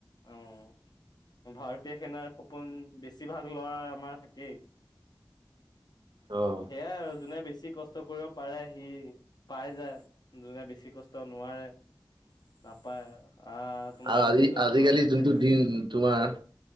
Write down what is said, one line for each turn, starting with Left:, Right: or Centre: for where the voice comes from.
Left: অ', ভাৰত সেনাৰ সপোন বেছিভাগ ল'ৰা আমাৰ থাকেই।
Right: অ',
Left: সেয়াই আৰু যোনে বেছ বেছি কষ্ট কৰিব পাৰে সি পাই যায়, যোনে বেছি কষ্ট নোৱাৰে নাপায়। আহ তোমাৰ
Right: আ, আজি,
Left: সেই লাকৰো
Right: আজিকালি
Left: কথা
Right: যোনটো
Left: থাকে
Right: দিন তোমাৰ